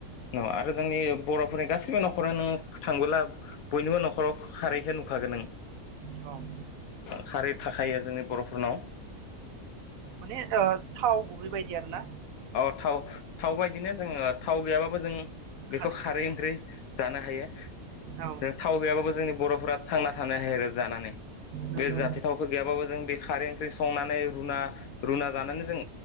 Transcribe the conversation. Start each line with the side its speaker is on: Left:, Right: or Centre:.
Left: अ आरो जोंनि बर'फोरनि गासिबो न'खर नो थांबोला बयनिबो न'खराव खारैखौ नुखागोन नों।
Right: औ।
Left: खारै थाखायो जोंनि बर' फोरनाव।
Right: माने ओ थाव गुबै बायदि आरो ना?
Left: अ थाव थाव बायदिनो जोङो थाव गैयाबाबो जों
Right: खारैया
Left: बेखौ खारै ओंख्रि जानो हायो।
Right: औ
Left: जों थाव गैया बाबो जोंनि बर'फोरा थांना थानो हायो आरो जानानै।
Right: नंगौ
Left: बे जाथि थावखो गैयाबाबो जों बे खारै ओंख्रि संनानै रुना रुना जानानै जों